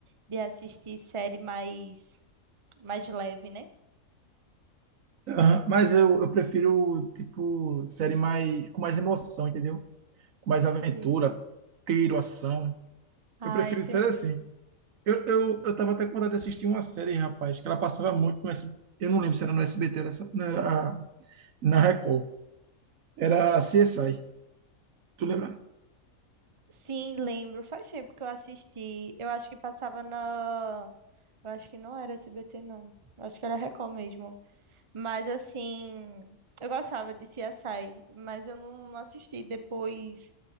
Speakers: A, on the right; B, on the right.
A: de assistir série mais, mais leve, né?
B: Aham, Mas eu, eu prefiro, tipo, série mais, com mais emoção, entendeu? Com mais
A: Entendi.
B: aventura, tiro, ação.
A: Ah,
B: Eu prefiro
A: entendi.
B: série assim. Eu, eu, eu tava até com vontade de assistir uma série, rapaz, que ela passava muito no SBT. Eu não lembro se era no SBT, era, essa- não era na Record. Era CSI. Tu lembra?
A: Sim, lembro. Faz tempo que eu assisti. Eu acho que passava na. Eu acho que não era SBT, não. Eu acho que era Record mesmo. Mas assim, eu gostava de CSI, mas eu não, não assisti depois